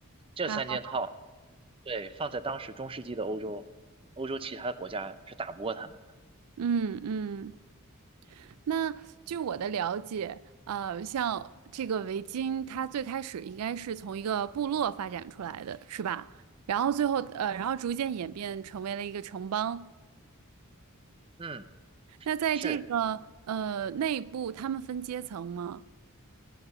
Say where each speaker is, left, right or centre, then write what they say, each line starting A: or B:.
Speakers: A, on the right (about 25°); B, on the right (about 90°).
A: 这三件套，
B: 啊，
A: 对，放在当时中世纪的欧洲，欧洲其他的国家是打不过他们的。
B: 嗯嗯。那据我的了解，呃，像这个围巾，它最开始应该是从一个部落发展出来的，是吧？然后最后，呃，然后逐渐演变成为了一个城邦。
A: 嗯，
B: 那在这个呃内部，
A: 是。
B: 他们分阶层吗？